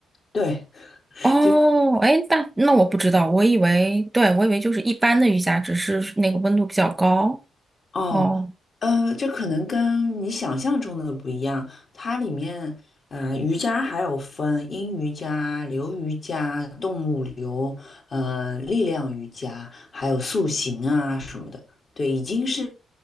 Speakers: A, on the left (about 45°); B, on the right (about 20°).
A: 对，<laughs>
B: 哦，诶，那那我不知道，我以为，对，我以为就是一般的瑜伽，只是那个温度比较高。
A: 哦，
B: 哦。
A: 呃，这可能跟你想象中的不一样。它里面，呃，瑜伽还有分阴瑜伽、流瑜伽、动物流、呃，力量瑜伽，还有塑形啊什么的。对，已经是